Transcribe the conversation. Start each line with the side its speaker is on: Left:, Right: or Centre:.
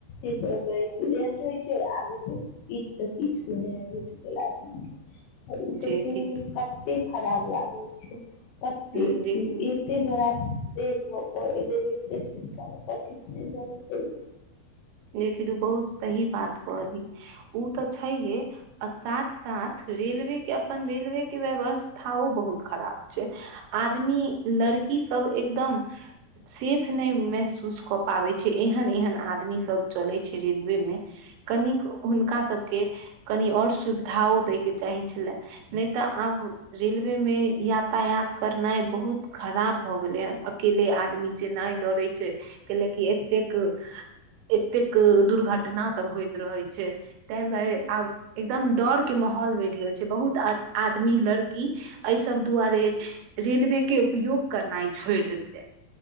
Left: ी सब कही छै छै आगे चल तब किछ सँ किछ सुनै <unintelligible> आओर ईसभ
Right: जे
Left: सुनैमे
Right: कि
Left: कतेक खराब लागैत छै कतेक
Right: जे
Left: एते बड़ा देशमे तऽ रेलवे सिस्टम एतऽ ठीक नहि भऽ सकैये
Right: जे कि तू बहुत सही बात कहलही उ तऽ छैहे आ साथ साथ रेलवे के अपन रेलवे के व्यवस्थाओ बहुत खराब छै आदमी लड़की सब एकदम सेफ नहि महसूस कऽ पाबै छै एहन एहन आदमी स ब चल छै रेलवे मे कनि के हुनका सबके कनि और सुविधा अो द चाही छले नहि तऽ आब रेलवे मे यातायात करनाइ बहुत खराब भऽ गेलै हन अकेले आदमी जे नहि डरे छै कै ल कि एतेक एतेक दुर्घटना सब होइत रहै छै ताहि दुआरे आब एकदम डर के मह बैठ गेल छै बहुत आदमी लड़की एहि सब दुआरे रेलवे के उपयोग करना ह छोड़ दतेै